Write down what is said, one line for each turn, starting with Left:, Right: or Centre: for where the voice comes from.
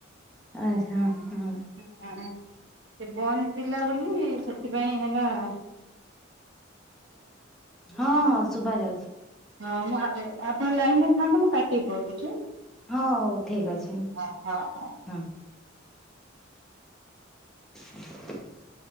Centre: ଆଚ୍ଛା -ହଁ।
Right: ସେ ବନ୍ଦ ଥିଲା ବୋଲି ସେଥିପାଇଁ ହେ <unintelligible>
Centre: ହଁ- ହଁ ଶୁଭା ଯାଉଚି।
Right: ହଁ ମୁଁ-ଆ- ଆପଣ ଲାଇନରେ ଥାଆନ୍ତୁ ମୁଁ କାଟି କି କରୁଚି।
Centre: ହଁ ହଉ ଠିକ୍ ଅଛି।
Right: ହଁ- ହଁ- ହଁ।
Centre: ହଁ। <inaudible>